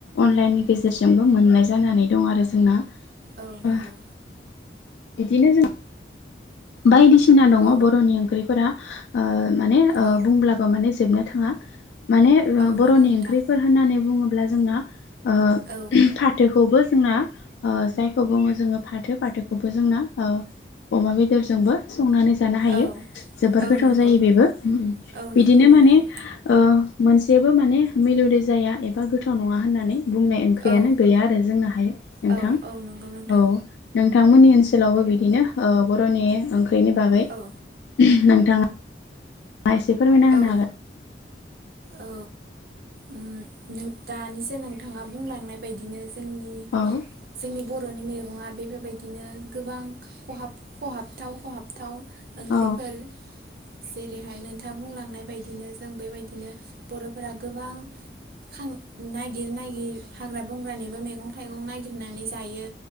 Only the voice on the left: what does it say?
अनलाइननि गेजेरजोंबो मोननाय जानानै दं आरो जोंना।
ओ
बिदिनो जों बायदिसिना दङ'
बर'नि ओंख्रिफोरा ओ माने ओ
बुंब्लाबो माने जोबनो थाङा माने ओ
बर'नि
ओंख्रिफोर होननानै बुङो ब्ला जोंना ओ
फाथोखोबो जोंना ओ जायखौ बुङो जोङो फाथो फाथोखौबो जोंना ओ अमा बे दरजोंबो संनानै जानो हायो
जोबोर
गोथाव
जायो बेबो।
बिदिनो
माने ओ मोनसेबो माने मिलौदो जाया एबा गोथाव नङा होननानै बुंनाय ओंख्रियानो
गैया आरो जोंनाहाय नोंथां
औ नोंथांमोननि ओनसो सोलावबो बिदिनो ओ बर'नि ओंख्रिनि बागै
नोंथा ङा एसे फोरमायना होनो
हागोन।
हागोन
औ